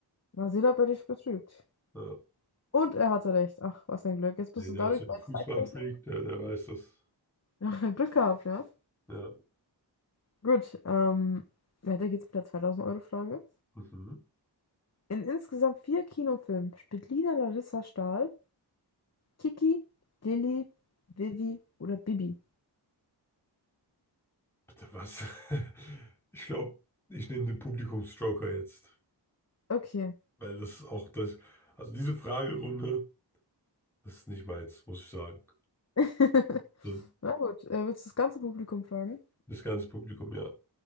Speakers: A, on the left; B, in the centre.
A: Mal sehen, ob er dich betrügt.
B: Ja.
A: Und er hatte recht. Ach, was ein Glück. Jetzt
B: Nee,
A: bist
B: der
A: du dadurch
B: ist so ein
A: bei
B: Fußballfreak,
A: zweitausend Euro.
B: der, der weiß das.
A: Ja, <laughs> Glück gehabt, ja?
B: Ja.
A: Gut, ähm, weiter geht's mit der zweitausend euro frage
B: Mhm.
A: In insgesamt vier Kinofilmen spielt Lina Larissa Stahl, Kiki, Lilly, Vivi oder Bibi.
B: Bitte was? <laughs> Ich glaube, ich nehme den Publikumsjoker jetzt.
A: Okay.
B: Weil das ist auch das. Also diese Fragerunde, das ist nicht meins, muss ich sagen.
A: <laughs>
B: Also
A: Na gut, äh, willst du das ganze Publikum fragen?
B: das ganze Publikum, ja.